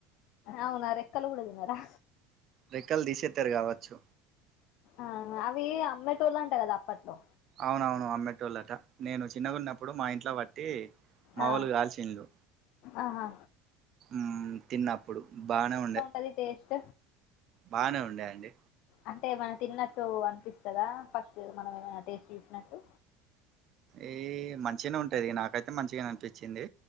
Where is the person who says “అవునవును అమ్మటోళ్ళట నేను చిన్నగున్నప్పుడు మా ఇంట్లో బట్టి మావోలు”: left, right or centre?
Right